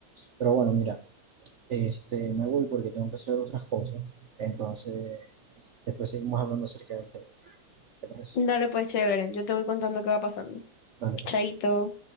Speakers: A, on the right; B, on the left.
A: Pero bueno, mira, este, me voy porque tengo que hacer otras cosas. Entonces, después seguimos hablando acerca del tema. ¿Te parece?
B: Dale pues, chévere, yo te voy contando qué va pasando.
A: Dale, pues.
B: Chaito.